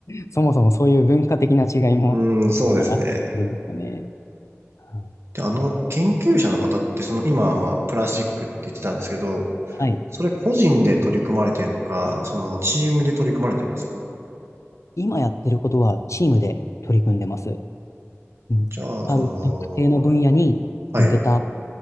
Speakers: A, on the left; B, on the right.
A: そもそもそういう文化的な違いも
B: うーん、そうですね。
A: あったりするんですよね。うん
B: で、あの、研究者の方って、その今はまあ、プラスチックって言ってたんですけど、
A: はい。
B: それ個人で取り組まれてるのか、そのチームで取り組まれてるんですか
A: 今やってることはチームで取り組んでます。うん。
B: じゃあ、
A: ある特定の分野に向けた、
B: その、はい。